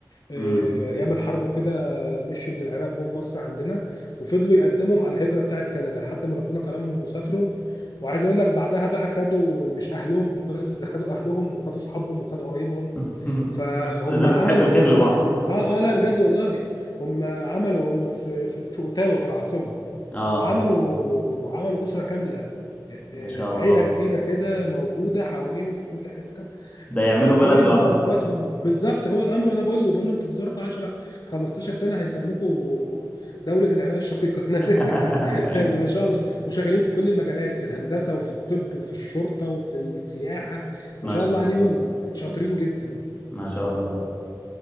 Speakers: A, on the left (about 60°); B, on the left (about 20°).
A: إيه،
B: امم
A: ايام الحرب وكده مشي من العراق جم مصر عندنا وفضلوا يقدموا مع الهجره بتاعت كندا لحد ما ربنا كرمهم وسافرهم وعايز اقول لك بعدها بقى خدوا مش اهلهم بس ده خدوا اهلهم وخدوا صحابهم وخدوا قرايبهم
B: <laughs>
A: فهم
B: بس الناس
A: عملوا
B: بتحب الخير
A: اسره
B: لبعض
A: كبيره اه اه لا بجد والله هم عملوا هم في في, في اوتاوا في العاصمه
B: اه
A: عملوا عملوا أسرة كاملة
B: ما
A: آه،
B: شاء الله
A: عيلة كبيرة كده موجودة حواليهم في كل حتة
B: ده
A: آه،
B: يعملوا
A: قرايبهم
B: بلد لوحدهم
A: واخواتهم بالظبط هو الأمر وأنا بقول له بقول له أنتوا في ظرف 10 15 سنة هيسموكوا دولة العراق الشقيقة هناك
B: <laughs>
A: <laughs> يعني ما شاء الله وشغالين في كل المجالات في الهندسة وفي الطب وفي الشرطة وفي السياحة
B: ما
A: ما شاء
B: شاء
A: الله عليهم
B: الله
A: شاطرين جدا
B: ما شاء الله